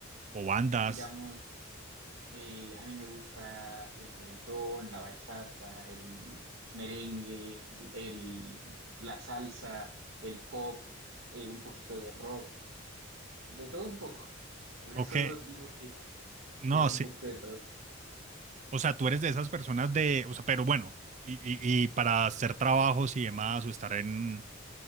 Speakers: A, on the right; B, on the right.
A: O bandas,
B: Digamos, eh, a mí me gusta el reggaetón, la bachata, el merengue, el, el- la salsa, el pop, eh, un poquito de rock, de todo un poco. Por
A: o
B: eso
A: qué,
B: digo que
A: no
B: es
A: sí
B: un poquito de todo.
A: O sea, tú eres de esas personas de, o sea, pero bueno, y, y, y para hacer trabajos y demás, o estar en,